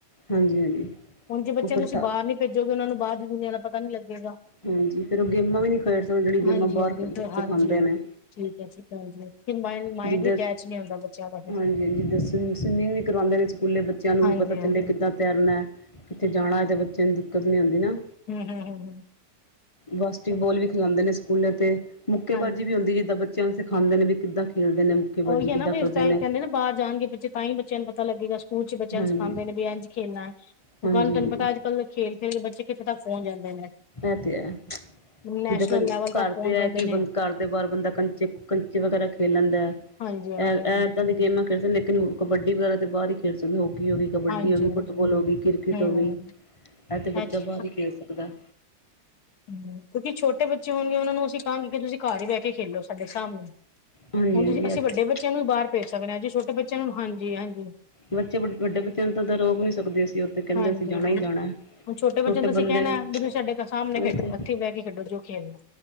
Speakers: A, on the left (about 25°); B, on the left (about 70°).
A: ਹਾਂਜੀ ਹਾਂਜੀ
B: ਹੁਣ ਜੇ ਬੱਚਿਆਂ
A: ਉਹ ਫਿਰ
B: ਨੂੰ ਤੁਸੀਂ
A: ਥ
B: ਬਾਹਰ ਨੀ ਭੇਜੋਗੇ ਉਹਨਾਂ ਨੂੰ ਬਾਹਰ ਦੀ ਦੁਨੀਆਂ ਦਾ ਪਤਾ ਨੀ ਲੱਗੇਗਾ
A: ਹਾਂਜੀ ਫਿਰ ਉਹ ਗੇਮਾਂ ਵੀ ਨਹੀਂ ਖੇਡ ਸਕਦੇ ਜਿਹੜੀ ਗੇਮਾਂ
B: ਹਾਂਜੀ
A: ਬਾਹਰ
B: ਹਾਂਜੀ ਫਿਰ ਹਾਂਜੀ।
A: ਸਿਖਾਉਂਦੇ ਨੇ
B: ਠੀਕ ਹੈ ਸਤਿ ਸ਼੍ਰੀ ਅਕਾਲ ਜੀ ਮਾਇੰਡ
A: ਜਿੱਦਾਂ
B: ਵੀ ਕੈਚ ਨੀ ਆਉਂਦਾ ਬੱਚਿਆਂ ਦਾ
A: ਹਾਂਜੀ ਸਵਿਮਿੰਗ ਵੀ ਕਰਵਾਉਂਦੇ ਨੇ ਸਕੂਲੇ ਬੱਚਿਆਂ ਨੂੰ
B: ਹਾਂਜੀ
A: ਵੀ ਪਤਾ
B: ਹਾਂਜੀ
A: ਚੱਲਿਆ ਕਿੱਦਾਂ ਤੈਰਨਾ ਕਿੱਥੇ ਜਾਣਾ ਹੈ ਤੇ ਬੱਚੇ ਨੂੰ ਦਿੱਕਤ ਨਹੀਂ ਹੁੰਦੀ ਨਾ
B: ਹੂ ਹੂ ਹੂ ਹੂ
A: ਬਾਸਕਟਬੋਲ ਵੀ ਖਿਲਾਉਂਦੇ ਨੇ ਸਕੂਲੇ ਤੇ ਮੁੱਕੇਬਾਜ਼ੀ
B: ਹਾਂਜੀ।
A: ਵੀ ਹੁੰਦੀ ਜਿੱਦਾਂ ਬੱਚਿਆਂ ਨੂੰ ਸਿਖਾਉਂਦੇ ਨੇ ਵੀ ਕਿੱਦਾਂ ਖੇਲਦੇ ਨੇ ਮੁੱਕੇਬਾਜ਼ੀ
B: ਉਹੀ ਹੈ
A: ਕਿੱਦਾਂ
B: ਨਾ ਫਿਰ
A: ਕਰਦੇ
B: ਸਾਰੇ
A: ਨੇ।
B: ਕਹਿੰਦੇ ਨਾ ਬਾਹਰ ਜਾਣਗੇ ਬੱਚੇ ਤਾਂ ਹੀ ਬੱਚਿਆਂ ਨੂੰ ਪਤਾ ਲੱਗੇਗਾ ਸਕੂਲ ਚ ਬੱਚਿਆਂ
A: ਹਾਂਜੀ,
B: ਸਿਖਾਉਦੇ ਨੇ ਵੀ ਇੰਜ ਖੇਲਣਾ ਹੈ। ਹੁਣ
A: ਹਾਂਜੀ-ਹਾਂਜੀ
B: ਕੱਲ ਤੈਨੂੰ ਪਤਾ ਹੈ ਅੱਜ ਖੇਲ ਖੇ ਦੇ ਬੱਚੇ ਕਿੱਥੇ ਤੱਕ ਪਹੁੰਚ ਜਾਂਦੇ ਨੇ
A: ਐ ਤੇ ਹੈ
B: ਨੈਸ਼ਨਲ
A: ਜਿੱਦਾਂ
B: ਲੈਵਲ ਤੱਕ
A: ਘਰ
B: ਪਹੁੰਚ
A: ਤੇ ਐ
B: ਜਾਂਦੇ
A: ਕਿ
B: ਨੇ
A: ਬੰਦਾ ਘਰ ਦੇ ਬਾਰ ਬੰਦਾ ਕੰਚੇ-ਕੰਚੇ ਵਗੈਰਾ ਖੇਲ ਲੈਂਦਾ ਹੈ
B: ਹਾਂਜੀ ਹਾਂਜੀ
A: ਏ
B: ਹਾਂਜੀ
A: ਇੱਦਾਂ ਦੀ ਗੇਮਾਂ ਖੇਡ ਸਕਦੇ ਲੇਕਿਨ ਕਬੱਡੀ ਵਗੈਰਾ ਤੇ ਬਾਹਰ ਹੀ ਖੇਡ ਸਕਦੇ ਹੋਕੀ ਹੋ ਗਈ। ਕਬੱਡੀ
B: ਹਾਂਜੀ
A: ਹੋ ਗੀ,
B: ਹਾਂਜੀ
A: ਫੁੱਟਬਾਲ
B: ਹਾਂਜੀ
A: ਹੋ ਗੀ, ਕ੍ਰਿਕਟ
B: ਹਮ
A: ਹੋ ਗੀ, ਐ ਤੇ ਬੱਚਾ
B: ਹਾਂਜੀ
A: ਬਾਰ ਹੀ ਖੇਲ ਸਕਦਾ ਹੈ।
B: ਹੂ ਕਿਉਂਕਿ ਛੋਟੇ ਬੱਚੇ ਹੋਣਗੇ ਔਨਾ ਨੂੰ ਅਸੀਂ ਕਹਾਂਗੇ ਕਿ ਤੁਸੀਂ ਘਰ ਹੀ ਬਹਿ ਕੇ ਖੇਲੋ ਸਾਡੇ ਸਾਹਮਣੇ।
A: ਹਾਂਜੀ-ਹਾਂਜੀ
B: ਹੁਣ ਜੇ ਅਸੀਂ
A: ਐ ਤੇ
B: ਵੱਡੇ
A: ਹੈ
B: ਬੱਚੇ ਆਂ ਨੂੰ ਬਾਹਰ ਪੇਜ ਸਕਦੇ ਹਾਂ ਜੇ ਛੋਟੇ ਬੱਚਿਆਂ ਨੂੰ ਹਾਂਜੀ-ਹਾਂਜੀ।
A: ਬੱਚੇ ਵੱਡੇ ਬੱਚੇ ਆਂ ਨੂੰ ਤਾਂ ਰੋਕ ਨੀ ਸਕਦੇ ਅਸੀਂ ਔ ਤੇ ਕੈੰਦੇ
B: ਹਾਂਜੀ
A: ਅਸੀਂ ਜਾਣਾ
B: ਹਾਂ
A: ਈ ਜਾਣਾ।
B: ਹੁਣ ਛੋਟੇ ਬੱਚਿਆਂ ਦਾ
A: ਬੰਦੇ
B: ਅਸੀਂ ਕੈਣਾ
A: ਨੂੰ
B: ਵੀ ਤੁਸੀਂ ਸਾਡੇ ਸਾਹਮਣੇ
A: ਉਹੀ
B: ਖੇਡੋ
A: ਤੇ
B: ਇੱਥੇ ਬਹਿ ਕੇ ਖੇਡੋ ਜੋ ਖੇਲਣਾ